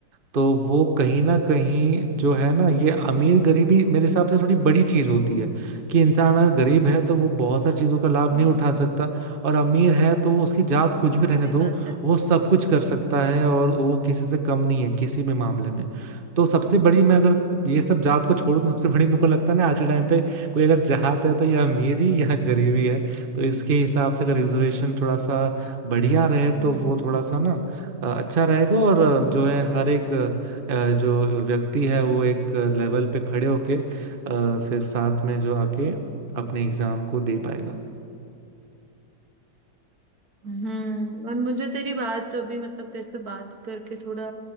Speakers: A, on the right (about 30°); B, on the right (about 55°).
A: तो वो कहीं ना कहीं जो है ना ये अमीर गरीबी मेरे हिसाब से थोड़ी बड़ी चीज होती है कि इंसान अगर गरीब है तो वो बहुत सारी चीजों का लाभ
B: हम्म,
A: नहीं उठा सकता और अमीर है तो उसकी जात कुछ
B: हाँ
A: भी रहने
B: सही
A: दो
B: बात है
A: वो सब कुछ कर सकता है और वो किसी से कम नहीं है किसी भी मामले में तो सबसे बड़ी मैं अगर ये सब जात को छोड़
B: हम्म
A: दूं सबसे बड़ी मेरे को लगता है ना आज के टाइम पे कोई अगर जात है तो ये अमीरी या गरीबी है तो इसके हिसाब से अगर रिजर्वेशन थोड़ा सा बढ़िया रहे तो
B: हम्म
A: वो थोड़ा सा ना अ, अच्छा रहेगा और अ, जो है हर एक अ, जो व्यक्ति है वो एक लेवल पे खड़े होके अ, फिर साथ में जो आके अपने एग्जाम को दे पाएगा
B: हम्म और मुझे तेरी बात अभी मतलब तेरे से बात करके थोड़ा